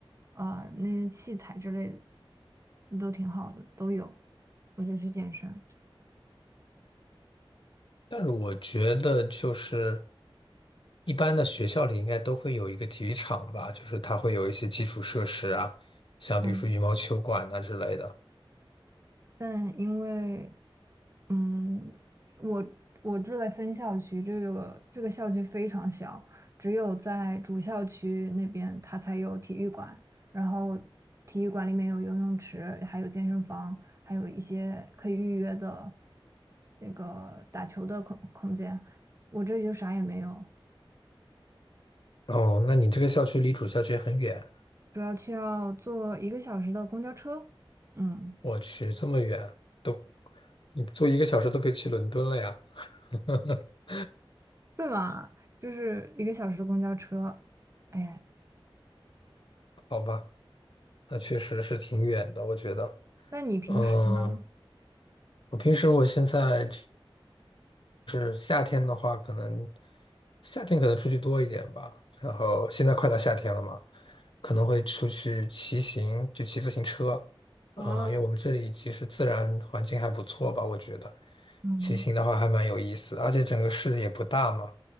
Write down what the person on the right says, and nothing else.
呃，那些器材之类的都挺好的，都有，我就去健身。
嗯，但因为嗯，我我住在分校区，这个这个校区非常小，只有在主校区那边它才有体育馆，然后体育馆里面有游泳池，还有健身房，还有一些可以预约的那个打球的空空间。我这里就啥也没有，
主要需要坐一个小时的公交车，嗯，
对嘛，就是一个小时的公交车。哎，
那你平时呢？
啊，
嗯。